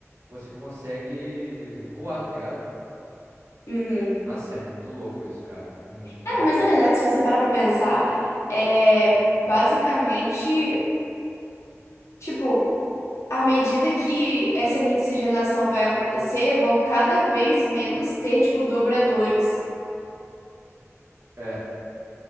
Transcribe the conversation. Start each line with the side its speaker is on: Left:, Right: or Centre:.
Right: você consegue voar, tá ligado?
Left: uhum.
Right: Nossa, é muito louco isso, cara. É muito
Left: É,
Right: massa,
Left: mas na verdade,
Right: mano.
Left: se você parar pra pensar, é basicamente, tipo, à medida que essa mixigenação vai acontecer, vão cada vez menos ter, tipo, dobradores.
Right: É.